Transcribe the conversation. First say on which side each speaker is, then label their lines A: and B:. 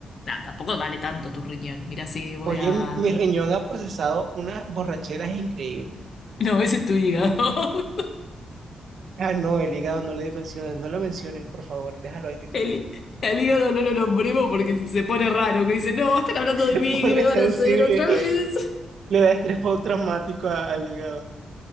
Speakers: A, on the left (about 45°); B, on the right (about 55°).
A: No, tampoco vale tanto tu riñón. Mira, si voy
B: Oye,
A: a...
B: mi, mi riñón ha procesado unas borracheras increíbles.
A: No, ese es tu hígado. <laughs>
B: Ah, no, el hígado no le menciones, no lo menciones, por favor, déjalo ahí. Te <laughs>
A: El, el hígado no lo nombremos porque se pone raro, que dice, no, están hablando de
B: te
A: mí,
B: pone
A: ¿qué me van
B: sensible,
A: a hacer otra vez? <laughs>
B: le da estrés postraumático a- al hígado.